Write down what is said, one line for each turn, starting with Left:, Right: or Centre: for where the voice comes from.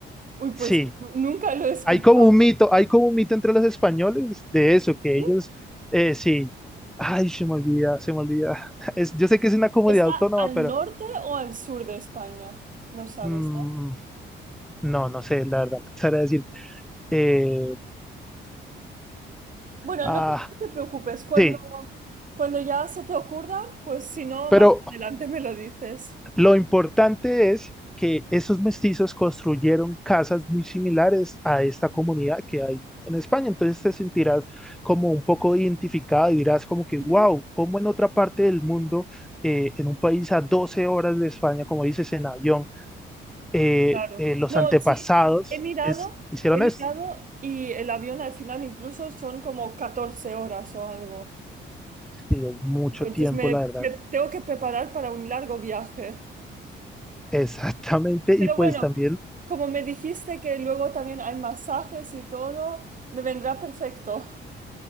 Right: Uy, pues
Centre: Sí.
Right: nu- nunca lo he escuchado,
Centre: Hay como un mito, hay como un mito entre los españoles de eso, que
Right: ¿sí?
Centre: ellos, eh, sí, ay, se me olvida, se me olvida. <laughs> Es, yo sé que es una comunidad
Right: ¿Está
Centre: autónoma,
Right: al
Centre: pero
Right: norte o al sur de España? No sabes.
Centre: mm, no, no sé, la verdad, no sabría decir. Eh,
Right: Bueno,
Centre: ah,
Right: no te, no te preocupes, cuando,
Centre: sí,
Right: cuando ya se te ocurra, pues si no,
Centre: pero
Right: más adelante me lo dices.
Centre: Lo importante es que esos mestizos construyeron casas muy similares a esta comunidad que hay en España. Entonces te sentirás como un poco identificado y dirás como que,
Right: Ujú.
Centre: wow, como en otra parte del mundo, eh, en un país a 12 horas de España, como dices en avión, eh,
Right: Claro.
Centre: eh, los
Right: No,
Centre: antepasados
Right: sí, he mirado,
Centre: es- hicieron
Right: he mirado
Centre: esto.
Right: y el avión al final incluso son como 14 horas o algo.
Centre: Sí, mucho
Right: Entonces
Centre: tiempo,
Right: me,
Centre: la verdad.
Right: me tengo que preparar para un largo viaje.
Centre: <laughs> Exactamente.
Right: Pero
Centre: Y pues
Right: bueno,
Centre: también...
Right: como me dijiste que luego también hay masajes y todo, me vendrá perfecto.